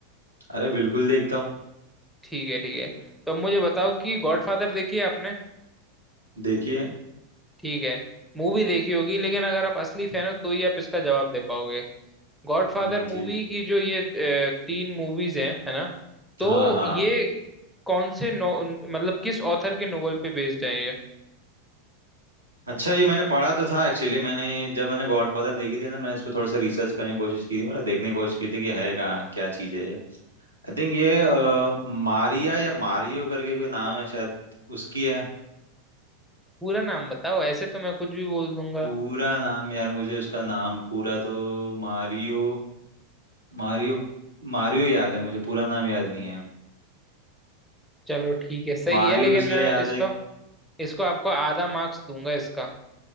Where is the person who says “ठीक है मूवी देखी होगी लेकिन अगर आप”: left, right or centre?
Centre